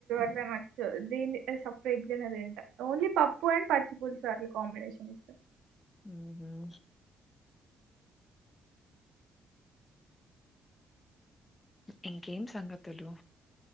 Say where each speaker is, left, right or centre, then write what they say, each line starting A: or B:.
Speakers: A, on the right; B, on the left.
A: ఇలా నచ్చదు దీనిని సపరేట్ గానేతింట ఓన్లీ పప్పు అండ్ పచ్చి పులుసు అట్లు కాంబినేషన్ ఇష్టం
B: ఊహూ ఇంకేం సంగతులు